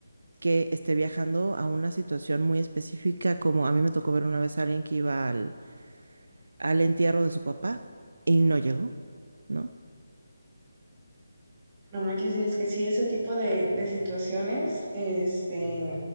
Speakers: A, on the right; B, on the right.
A: que esté viajando a una situación muy específica, como a mí me tocó ver una vez a alguien que iba al al entierro de su papá y no llegó, ¿no?
B: No manches, y es que sí, ese tipo de, de situaciones, este,